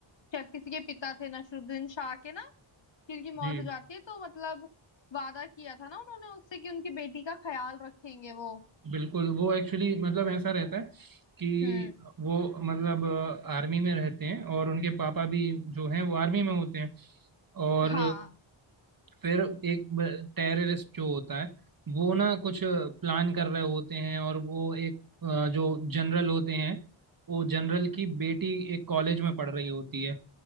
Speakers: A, on the left; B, on the right.
A: शायद किसी के पिता थे नसरुद्दीन शाह के ना किर की मौत
B: जी
A: हो जाती है तो मतलब वादा किया था ना उन्होंने उससे कि उनकी बेटी का ख्याल रखेंगे वो
B: बिल्कुल वो एक्चुअली मतलब ऐसा रहता है कि
A: हम्म
B: वो मतलब आर्मी में रहते हैं और उनके पापा भी जो हैं वो आर्मी में होते हैं और
A: हाँ
B: फिर एक टेररिस्ट जो होता है वो ना कुछ प्लान कर रहे होते हैं और वो एक अ, जो जनरल होते हैं वो जनरल की बेटी एक कॉलेज में पढ़ रही होती है